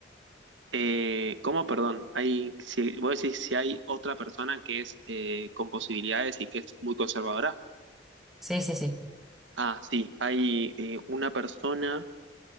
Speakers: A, on the right (about 85°); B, in the centre.
A: Eh, ¿cómo, perdón? Hay, si, vos decís si hay otra persona que es eh, con posibilidades y que es muy conservadora.
B: Sí, sí, sí.
A: Ah, sí, hay eh, una persona